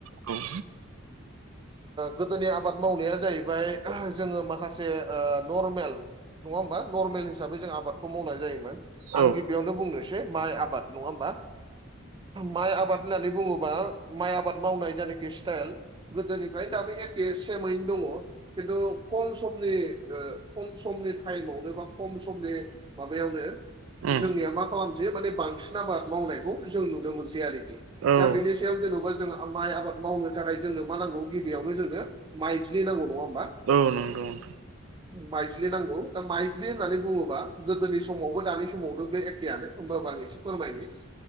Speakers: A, on the right (about 85°); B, on the right (about 25°).
A: औ
B: गोदोनि आबाद मावनाया जाहैबाय जोंङो माखासे नर्मेल नंङा होमबा नर्मेल हिसाबै जों आबादखौ मावनाय जायोमोन
A: औ
B: आं गिबियावनो बुंनोसै माइ आबाद नंङा होमबा माइ आबाद होननानै बुंङोबा माइ आबाद मावनाय जायनाखि स्टाइल गोदोनिफ्रायनो दाबो एखे सेमैनो दंङो खिन्थु खम समनि खम समनि टाइमावनो बा खम समनि माबायावनो
A: औ
B: जोंनिया मा खालामसै माने बांसिन आबाद मावनाय खौ जों नुनो मोनसै आरोखि
A: औ
B: दा बेनि सायाव जेनेबा जोंङो माइ आबाद मावनो थाखाय जोंनो मा नांगौ गिबियावनो जोंनो माइज्लि नांगौ नंङा होमबा
A: औ नंगौ नोंथां
B: माइज्लि नांगौ दा माइज्लि होननानै बुंङोबा गोदोनि समावबो दानि समावबो बे एखेयानो होमबाबो आं एसे फोरमायनो